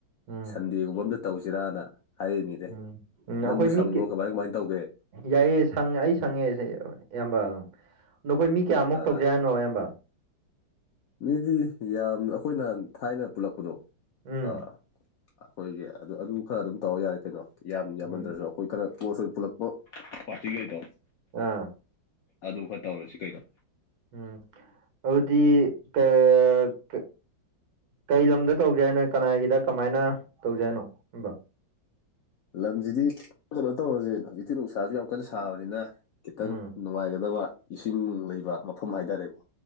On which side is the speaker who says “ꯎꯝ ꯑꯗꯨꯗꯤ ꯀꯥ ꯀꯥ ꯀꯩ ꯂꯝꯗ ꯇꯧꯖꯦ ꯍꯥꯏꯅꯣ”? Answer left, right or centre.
Right